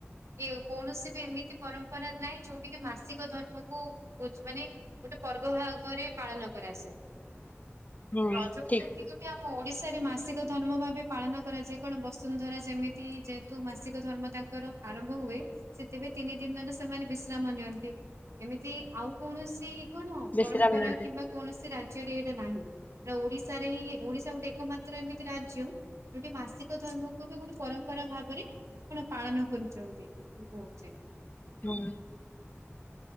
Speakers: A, on the right; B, on the left.
A: ଏ କୌଣସିବି ଏମିତି ପରମ୍ପରା ନାହିଁ ଯୋଉଠିକିି ମାସିକ ଧର୍ମକୁ ପୋ ମାନେ ଗୋଟେ ପର୍ବ ଭାବରେ ପାଳନ କରାଯାଏ।
B: ହୁଁ
A: ରଜକୁ
B: ଠିକ।
A: ଯେମିତିକି ଆମ ଓଡିଶାରେ ମାସିକ ଧର୍ମ ଭାବେ ପାଳନ କରାଯାଏ କଣ ବସୁନ୍ଧରା ଯେମିତି ଯେହେତୁ ମାସିକ ଧର୍ମ ତାଙ୍କର ଆରମ୍ଭ ହୁଏ। ସେଥିପାଇଁ ତିନି ଦିନରେ ସେମାନେ ବିଶ୍ରାମ ନିଅନ୍ତି ଏମିତି ଆଉ କୌଣସି କଣ
B: ବେଶୀ
A: ପରମ୍ପରା
B: ରାମନ୍ତି
A: କିମ୍ବା କୌଣସି ରାଜ୍ୟରେ ଏଇଟା ନାହିଁ। ଓଡିଶାରେ ହିଁ ଓଡିଶା ଗୋଟେ ଏକମାତ୍ର ଏମିତି ରାଜ୍ୟ ଗୋଟେ ମାସିକ ଧର୍ମକୁବି ଗୋଟେ ପରମ୍ପରା ଭାବରେ ଆପଣ ପାଳନ କରୁଚନ୍ତି ମୁଁ କହୁଚି।
B: ହୁଁ।